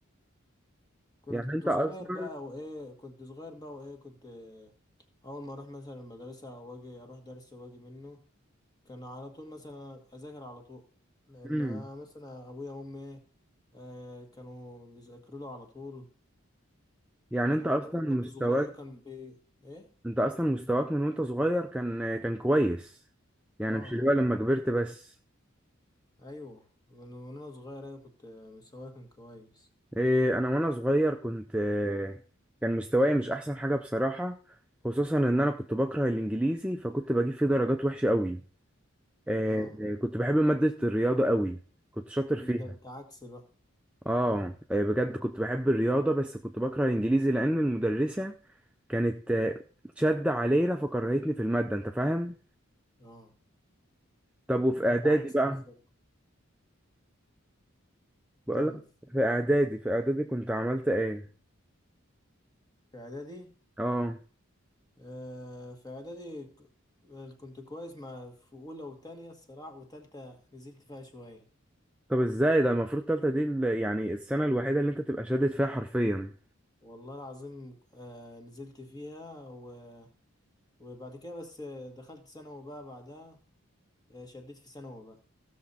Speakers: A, on the left; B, in the centre.
A: كنت
B: يعني انت
A: صغير
B: اصلا
A: بقى وايه كنت صغير بقى وايه كنت آه، اول ما اروح مثلا المدرسه واجي اروح درس واجي منه كان على طول مثلا اذاكر على طول لان
B: امم
A: أنا مثلا ابويا وامي إيه، آه، كانوا بيذاكروا له على طول
B: يعني
A: وكمان
B: انت اصلا
A: كنت
B: مستواك
A: صغير كان بي ايه
B: انت اصلا مستواك من وانت صغير كان كان كويس يعني
A: اه
B: مش اللي هو لما كبرت بس
A: ايوه من من وانا صغير ايوه كنت آه، مستواي كان كويس
B: إيه انا وانا صغير كنت آه، كان مستواي مش احسن حاجة بصراحة خصوصا ان انا كنت بكره الانجليزي فكنت بجيب فيه درجات وحشة قوي إيه
A: اه
B: كنت بحب مادة الرياضة قوي كنت شاطر فيها
A: ده انت عكس بقى
B: اه آه، بجد كنت بحب الرياضة بس كنت بكره الانجليزي لان المدرسة كانت آه، شد علينا فكرهتني في المادة انت فاهم
A: اه
B: طب وفي
A: انت
B: اعدادي
A: عكس
B: بقى
A: بالظبط
B: بقولك
A: كمل
B: في اعدادي في اعدادي كنت عملت ايه
A: في اعدادي
B: اه
A: آه، في اعدادي ك- آه، كنت كويس مع في اولى وتانية الصراحه وتالتة نزلت فيها شويه
B: طب ازاي ده المفروض تالتة دي ال- يعني السنة الوحيدة اللي انت تبقى شادد فيها حرفيا
A: والله العظيم آه، نزلت فيها و- وبعد كده بس آه، دخلت ثانوي بقى بعدها آه، شديت في ثانوي بقى